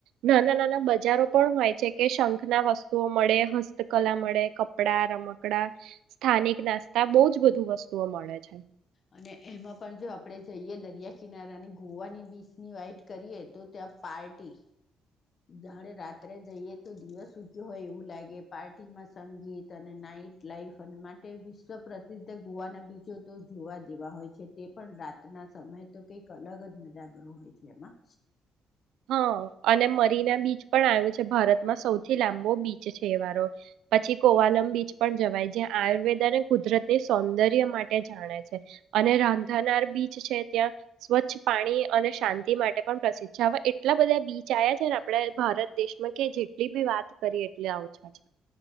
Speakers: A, on the right; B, on the left.
A: નાના નાના બજારો પણ હોય છે કે શંખ ના વસ્તુઓ મળે હસ્તકલા મળે કપડા રમકડા સ્થાનિક નાસ્તા બહુ જ બધું વસ્તુઓ મળે છે.
B: અને એમાં પણ જો આપણે જઈએ દરિયા કિનારાની ગોવાની બીચની વાઈટ કરીએ તો ત્યાં પાર્ટી. જાણે રાત્રે જઈએ તો દિવસ ઉગ્યો હોય એવું લાગે પાર્ટીમાં સંગીત અને નાઈટ લાઈફ અને માટે વિશ્વ પ્રસિદ્ધ ગોવાના બીજો તો જોવા જેવા હોય છે તે પણ રાતના સમય તો કઈક અલગ જ નજાગ્ર હોય છે એમાં.
A: હા અને મરીના બીચ પણ આવ્યું છે ભારતમાં સૌથી લાંબો બીચ છે એ વારોો પછી કોવાલમ બીચ પણ જવાય જ્યાં આયુર્વેદને કુદરતની સૌંદર્ય માટે જાણે છે અને રાંધાનાર બીચ છે ત્યાં સ્વચ્છ પાણી અને શાંતિ માટે પણ પ્રસિદ્ધ છે હવે. આટલા બધા બીચ આવ્યા છે ને આપણેે ભારત દેશમાં કે જેટલી બી વાત કરીએ એટલે ઓછા છે.